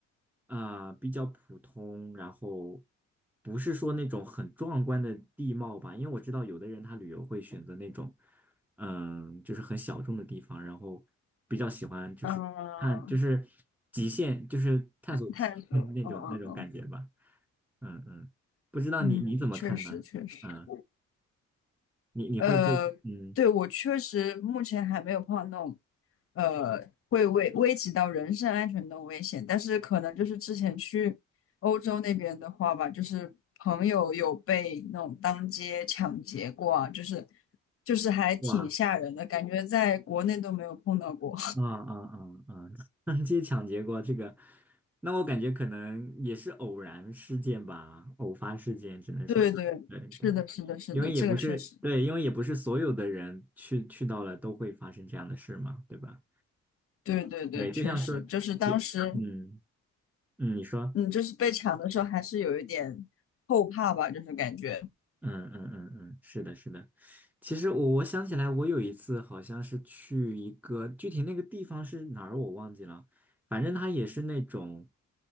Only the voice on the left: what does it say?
嗯，
探索，
嗯嗯嗯
嗯，确实确实。
呃，对，我确实目前还没有碰到那种，呃，会危危及到人身安全的危险，但是可能就是之前去欧洲那边的话吧，就是朋友有被那种当街抢劫过啊，就是就是还挺吓人的，
感觉在国内都没有碰到过。
<laughs> 对对，是的，是的，是的，
这个确实，
对对对，
确实，
就是当时，
嗯，就是被抢的时候还是有一点后怕吧，就是感觉，